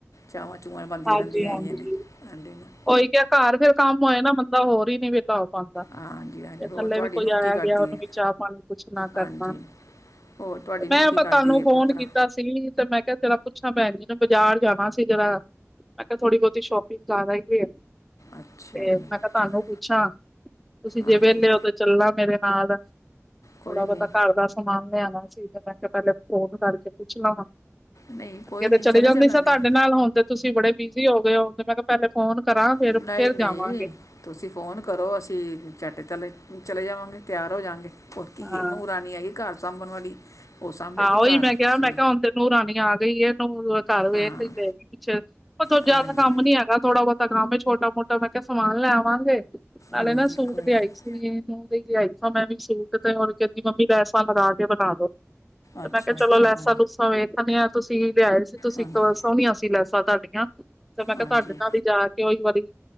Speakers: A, on the left (about 80°); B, in the centre.
A: ਚਾਵਾਂ - ਚੂਵਆਂ ਬਣਦੀਆਂ
B: ਹਾਂਜੀ
A: ਰਹਿੰਦੀਆਂ
B: ਹਾਂਜੀ
A: ਹੈਗੀਆਂ ਨੇ, ਸੰਡੇ ਨੂੰ
B: ਉਹੀ ਕਿਹਾ, ਘਰ ਫਿਰ ਕੰਮ ਹੋਏ ਨਾ, ਬੰਦਾ ਹੋਰ ਹੀ ਨੀ ਵਿਹਲਾ ਹੁੰਦਾ। ਪਾਉਂਦਾ,
A: ਹਾਂਜੀ ਹਾਂਜੀ
B: ਤੇ
A: ਹੋਰ
B: ਥੱਲੇ
A: ਤੁਹਾਡੀ
B: ਵੀ ਕੋਈ
A: ਨੂੰਹ
B: ਆਇਆ
A: ਕੀ ਕਰਦੀ
B: - ਗਿਆ ਉਹਨੂੰ
A: ਹੈ
B: ਵੀ ਚਾਹ ਪਾਣੀ ਪੁੱਛਣਾ ਕਰਨਾ
A: ਹਾਂਜੀ
B: ਤੇ
A: ਹੋਰ ਤੁਹਾਡੀ ਨੂੰਹ
B: ਮੈਂ,
A: ਕੀ
B: ਬਸ
A: ਕਰਦੀ
B: ਤੁਹਾਨੂੰ
A: ਹੈ
B: ਫੋਨ
A: ਪੋਤਰਾ
B: ਕੀਤਾ ਸੀ। ਸੀ ਨੀ, ਤੇ ਮੈਂ ਕਿਹਾ ਜਰਾ ਪੁੱਛਾਂ ਭੈਣ ਜੀ ਤੇ ਬਾਜ਼ਾਰ ਜਾਣਾ ਸੀ ਜ਼ਰਾ। ਮੈਂ ਕਿਹਾ, ਥੋੜੀ ਬਹੁਤੀ ਸ਼ੋਪਿੰਗ ਕਰ ਆਈ। ਤੇ
A: ਅੱਛਾ ਜੀ
B: ਮੈਂ ਕਿਹਾ, ਤੁਹਾਨੂੰ
A: ਚਲੋ
B: ਪੁੱਛਾਂ, ਤੁਸੀਂ ਜਿ
A: ਹਾਂਜੀ
B: ਵਿਹਲੇ ਓ ਤੇ ਚੱਲਨਾ ਮੇਰੇ ਨਾਲ ਥੋੜਾ
A: ਕੋਈ
B: ਬਹੁਤਾ
A: ਨਹੀਂ
B: ਘਰ ਦਾ ਸਮਾਨ ਲਿਆਉਣਾ ਸੀ, ਤੇ ਮੈਂ ਕਿਹਾ, ਪਹਿਲੇ ਫੋਨ ਕਰਕੇ ਪੁੱਛ ਲਵਾਂ। ਅੱਗੇ
A: ਨਹੀਂ ਕੋਈ
B: ਤੇ
A: ਨਹੀਂ
B: ਚਲੇ ਜਾਂਦੀ
A: ਚੱਲਾਂਗੇ
B: ਸਾਂ ਤੁਹਾਡੇ ਨਾਲ, ਹੁਣ ਤੇ ਤੁਸੀਂ ਬੜੇ ਬੀਜੀ਼ ਬਿਜ਼ੀ ਹੋ ਗਏ ਹੋ, ਤੇ ਮੈਂ ਕਿਹਾ ਪਹਿਲੇ ਫੋਨ ਕਰਾਂ ਫੇਰ
A: ਨਹੀਂ ਨਹੀਂ
B: ਜਾਵਾਂਗੇ।
A: ਤੁਸੀਂ ਫ਼ੋਨ ਕਰੋ ਅਸੀਂ ਝੱਟ ਚਲੇ ਚਲੇ ਜਾਵਾਂਗੇ, ਤਿਆਰ ਹੋ ਜਾਵਗੇ। ਹੋਰ ਕੀ,
B: ਹਾਂ
A: ਨੂੰ ਰਾਣੀ ਆਈ ਘਰ ਸਾਂਭਣ ਵਾਲੀ ਉਹ ਸਾਂਭੇਗੀ
B: ਹਾਂ ਉਹੀ
A: ਘਰ
B: ਮੈਂ ਕਿਹਾ
A: ਤੁਸੀਂ
B: ਮੈਂ ਕਿਹਾ ਹੁਣ ਤੈ ਨੂੰ ਰਾਣੀ ਆ ਗਈ ਏ ਹੁਣ ਤਾਂ ਘਰ ਵੇਖ
A: ਹਾਂ
B: ਈ ਲੇ ਗੀ ਪਿੱਛੇ
A: ਹਾਂਜੀ
B: ਜਿਆਦਾ ਕੰਮ ਨੀ ਹੈਗਾ ਥੋੜਾ ਬਹੁਤਾ ਕੰਮ ਐ, ਛੋਟਾ ਮੋਟਾ ਮੈਂ ਕੇ ਸਮਾਨ ਲੈਵਾਂਗੇ ਨਾਲੇ
A: ਹਾਂਜੀ
B: ਨਾ ਸੂਟ
A: ਕੋਈ
B: ਲਿਆਈ
A: ਨਹੀਂ
B: ਸੀ ਤੇ ਨੂੰ ਲਈ ਲਿਆਈ ਸਾਂ ਮੈਂ ਵੀ ਸੂਟ, ਤੇ ਹੁਣ ਕਹਿੰਦੀ ਮੰਮੀ ਲੈਸਾ ਲਗਾ ਕੇ ਬਣਾ ਦੋ ਤੇ
A: ਅੱਛਾ
B: ਮੈਂ ਕਿਹਾ ਚਲੋ
A: ਅੱਛਾ
B: ਲੈਸਾਂ
A: ਹਾਂ
B: ਲੂਸਾਂ ਵੇਖ ਆਨੀ ਆ, ਤੁਸੀਂ ਲਿਆਏ ਸੀ ਤੁਸੀਂ
A: ਹਾਂਜੀ
B: ਇੱਕ ਸੋਹਣੀਆਂ ਸੀ ਲੈਸਾਂ ਤੁਹਾਡੀਆਂ ਤੇ ਮੈਂ ਕਿਹਾ
A: ਹਾਂਜੀ
B: ਤੁਹਾਡੇ
A: ਹਾਂਜੀ
B: ਨਾਲ ਹੀ ਜਾ ਕੇ ਉਹੀ ਵਾਲੀ